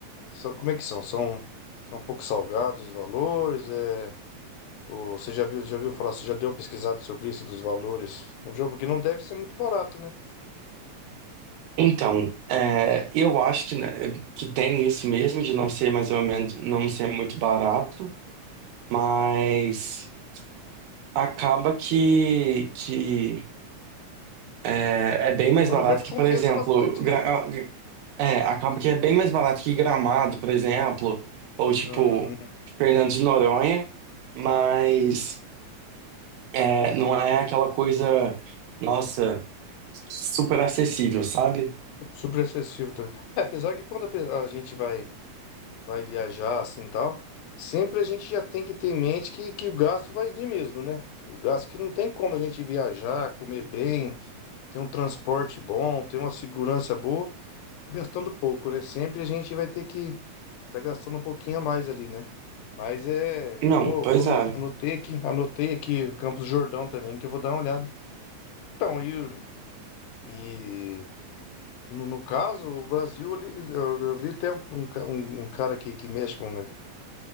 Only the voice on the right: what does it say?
Então, é, eu acho que, né, que tem isso mesmo de não ser mais ou menos, não ser muito barato, mas acaba que, que é, é bem mais
barato
que,
por exemplo,
gra- é, acaba que é bem mais barato que Gramado, por exemplo, ou tipo
Fernando de Noronha, mas É, não é aquela coisa, nossa, super acessível, sabe?
Não,
pois
é.